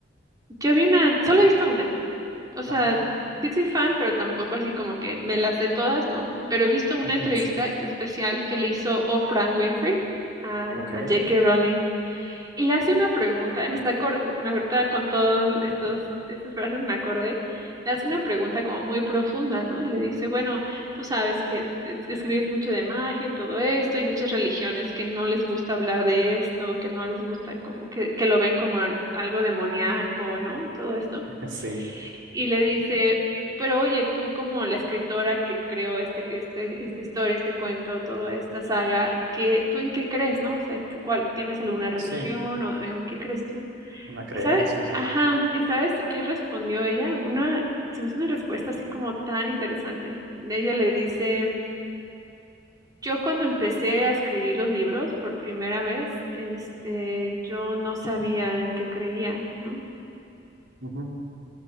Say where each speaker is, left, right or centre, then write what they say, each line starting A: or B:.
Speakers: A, on the right (about 20°); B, on the right (about 80°).
A: Yo vi una, solo he visto una, o sea,
B: Ajá.
A: sí soy fan, pero tampoco así como que me las sé todas, no, pero he visto una
B: <laughs>
A: entrevista
B: Sí.
A: especial que le hizo Oprah Winfrey a,
B: Ok.
A: a J.K. Rowling Y le hace una pregunta, y me está acor- me ahorita con todas estos estas frases me acordé, le hace una pregunta como muy profunda, ¿no? Y le dice, bueno, tú sabes que es- escribes mucho de magia y todo esto, y muchas religiones que no les gusta hablar de esto, que no les gusta como que, que lo ven como algo demoníaco, ¿no? Todo esto
B: <laughs> Sí.
A: y le dice, pero oye, tú como la escritora que creó este, este, esta historia, este cuento, toda esta saga, ¿qué, tú en qué crees, no? O sea, ¿cu- ¿cuál, tienes alguna religión
B: Sí.
A: o en qué crees tú?
B: Una creencia,
A: Y sabes,
B: sí.
A: ajá, ¿y sabes qué respondió ella? Una, se me hizo una respuesta así como tan interesante. Ella le dice, yo cuando empecé a escribir los libros por primera vez, este, yo no sabía en qué creía, ¿no?
B: Ujú.